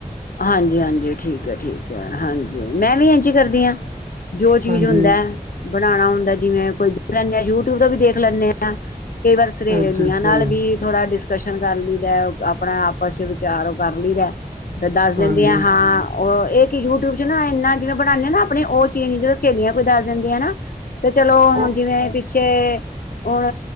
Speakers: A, on the left; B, on the right.
A: ਹਾਂਜੀ-ਹਾਂਜੀ ਠੀਕ ਐ ਠੀਕ ਐ। ਹਾਂਜੀ, ਮੈਂ ਵੀ ਇੰਝੀ ਕਰਦੀ ਆ। ਜੋ ਚੀਜ਼
B: ਹਾਂਜੀ
A: ਹੁੰਦਾ ਬਣਾਉਣਾ ਹੁੰਦਾ ਜਿਵੇਂ ਕੋਈ ਯੂਟਿਊਬ ਤੋਂ ਵੀ ਦੇਖ ਲੈਂਣੇ ਆ। ਕਈ ਵਾਰ ਸਹੇਲੀਆਂ
B: ਅੱਛਾ ਅੱਛਾ
A: ਨਾਲ ਵੀ ਥੋੜਾ ਡਿਸਕਸ਼ਨ ਕਰ ਲਈਦਾ ਆਪਣਾ ਆਪਸ 'ਚ ਵਿਚਾਰ ਕਰ ਲਈਦਾ। ਫਿਰ ਦੱਸ ਦਿੰਦੀ
B: ਹਾਂਜੀ
A: ਹਾਂ। ਉਹ, ਇਹ ਕਿ ਯੂਟਿਊਬ ਚ ਨਾ ਇਨਾ ਜਿਵੇਂ ਬਣਾਣੇ ਨਾ ਆਪਣੇ ਉਹ ਚੀਜ਼ ਜਦੋਂ ਸਹੇਲੀਆਂ ਕੋਈ ਦੱਸ ਦਿੰਦੀਆਂ ਐ ਨਾ। ਤੇ ਚਲੋ
B: ਉਹ
A: ਹੁਣ ਜਿਵੇਂ ਪਿੱਛੇ ਹੁਣ